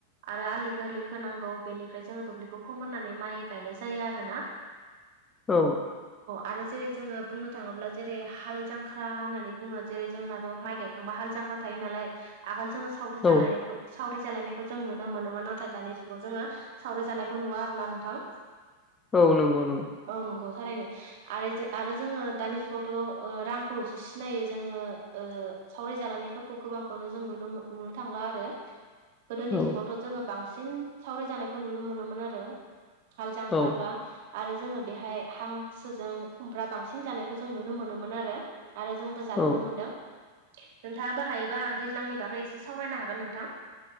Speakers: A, on the right; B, on the left.
A: आरो आलि गोरलै होनांगौ बेनिफ्राय जोङो दुब्लिखौ फोमोननानै माइ गायनाय जायो आरो ना।
B: औ
A: आरो जेरै जोङो बुंनो थाङोब्ला जेरै हाल जांख्रा होननानै बुङो जेरै जोंनाथ' माइ गाय थांबा हाल जांख्रा थायो नालाय आगोल जोङो सावरि
B: औ
A: जालायनायखौ सावरि जालायनायखौ जों नुनो मोनोमोन नाथाय दानि जुगाव जोङो सावरि जानायखौ नुवा आरो ना नोंथां।
B: औ नंगौ नंगौ
A: औ नंगौ थारैनो आरो आरो जोङो दानि जुगावथ' रांखौल'सो सिनायो जोङो सावराय जालायनायफोरखौ गोबांखौनो जों नुनो थांला आरो। गोदोनि
B: औ
A: जुगावथ' जोङो बांसिन सावरि जानायखौ नुनो मोनोमोन आरो। हाल जांख्राबा
B: औ
A: आरो जोङो बेहाय हांसोजों खुमब्रा बांसिन जानायखौ जों नुनो मोनोमोन आरो आरो जोंबो जाबोनो
B: औ
A: मोनदों। नोंथाङा बाहायोबा दैज्लांनि बागै एसे सावरायनो हागोन नोंथां।